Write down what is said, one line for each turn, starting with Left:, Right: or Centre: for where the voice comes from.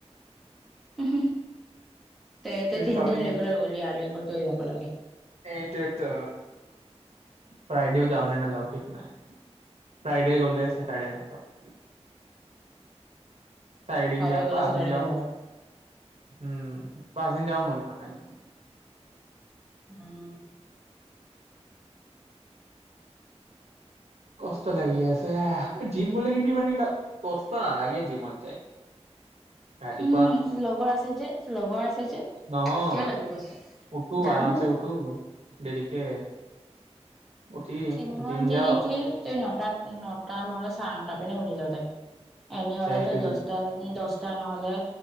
Centre: হু- হু তে তই তিনদিন
Right: কালি
Centre: ৰেগুলাৰ গ'লি আৰু একবাৰ, লৈ যাব লাগে।
Right: সেইটোৱেটো ফ্ৰাইডেও যাওঁ, নে নাযাওঁ ঠিক নাই, ফ্ৰাইডে গ'লে চেটাৰডে নাযাওঁ। চাৰিদিন
Centre: ফ্ৰাইডে
Right: যাম,
Centre: গ'লে
Right: পাঁচদিন
Centre: চেটাৰডে
Right: যাব,
Centre: নাযাও
Right: উম পাঁচদিন যাব মন যোৱা নাই।
Centre: উম',
Right: কষ্ট লাগি আছে জিম বুলিলে কিন্তু ইমানকে কষ্ট নেলাগে, জিমত যায়। ৰাতিপুৱা
Centre: উম', লগৰ আছে যে লগৰ আছে। যে
Right: নহয়
Centre: কিয় লাগিব কষ্ট
Right: উঠো
Centre: জানো
Right: আৰামছে উঠো। দেৰিকে, উঠি
Centre: কিমান
Right: জিম
Centre: দেৰি
Right: যাও
Centre: কে তই নটাত, উম', নটা নহলে, চাৰেনটা পিনে উঠি যাই তাই, এনেহ'লে
Right: সেইটো
Centre: ত', দস্তা বাজি দচ, তাই নহলে,